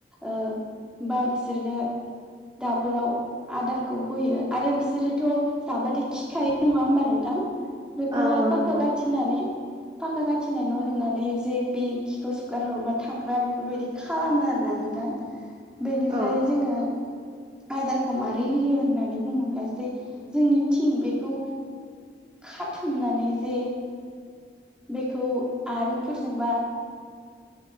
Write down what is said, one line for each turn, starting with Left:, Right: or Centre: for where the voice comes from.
Centre: ओ बा बिसोरनो दाबोराव आदारखौ होयो आरो बिसोरोथ' जाबाथाय खिखायो नङा होमबा नोंथां बेखौहाय
Right: औ औ
Centre: फाक्का
Right: नंगौ
Centre: गाथिनानै फाक्का गाथिनाय न' लुनानै जे बि खिखौ सुगार हरबा थांग्रा बेफोरबायदि खालामो आरोना नोंथां बेनिफ्राय
Right: औ
Centre: जोङो आदारखौ मारै होयो होननानै बुङोब्ला जे जोंनि थिं बेखौ खाथुमनानै जे बेखौ आरंफोरजोंबा